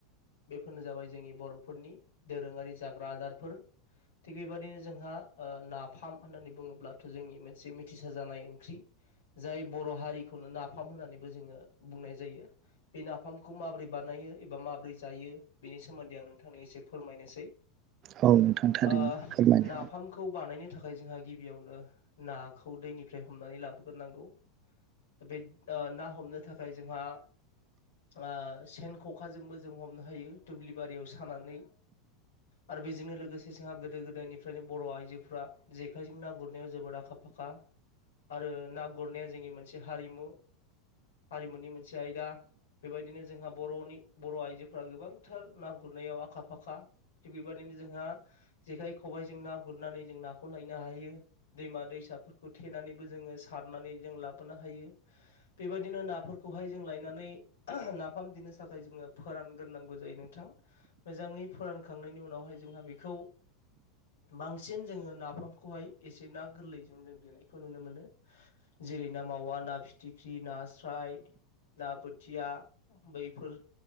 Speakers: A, on the left; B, on the right.
A: बेफोरनो जाबाय जोंनि बर'फोरनि दोरोङारि जाग्रा आदारफोर। थिग बेबायाददिनो जोंहा ओ नाफाम होननानै बुङोब्लाथ' जोंनि मोनसे मोनसे मिथिसा जानाय ओंख्रि जाय बर' हारिखौनो नाफाम होननानैबो जोङो बुंनाय जायो। बे नाफामखौ माबोरै बानायो एबा माबोरै जायो बेनि सोमोन्दै आं नोंथांनो एसे फोरमायनोसै।
B: औ नोंथां थारैनो
A: ओ
B: फोरमायनो
A: नाफामखौ बानायनो थाखाय जोंहा गिबियावनो नाखौ दैनिफ्राय हमनानै लाबोग्रोनांगौ। दा बे ओ ना हमनो थाखाय जोंहा आ सेन ख'खाजोंबो जों हमनो हायो दुब्लि बारियाव सानानै। आरो बेजोंनो लोगोसे जोंहा गोदो गोदायनिफ्रायनो बर' आइजोफ्रा जेखाइजों ना गुरनायाव जोबोद आखा आखा फाखा आरो ना गुरनाया जोंनि मोनसे हारिमु। हारिमुनि मोनसे आयदा बेबायदिनो जोंहा बर'नि बर' आइजोफोरा गोबांथार ना गुरनायाव आखा फाखा। थिग बेबायदिनो जोंहा जेखाइ खबाइजों ना गुरनानै जों नाखौ लायनो हायो दैमा दैसा फिसाफोरखौ थेनानैबो जोङो सारनानै जों लाबोनो हायो बेबायदिनो नाफोरखौहाय जों लायनानै नो नाफाम दनो थाखाय जोङो फोरानग्रांगौ जायो नोंथां मोजाङै फोरानखां नि नावहाय जोंहा बेखौ बांसि जोङो नाफामखौाय एसे ना गोरलै जों देनायखौ नुनो मोनो। जेरै- ना मावा, ना फिथिख्रि, नास्राय ना बोथिया बैफोर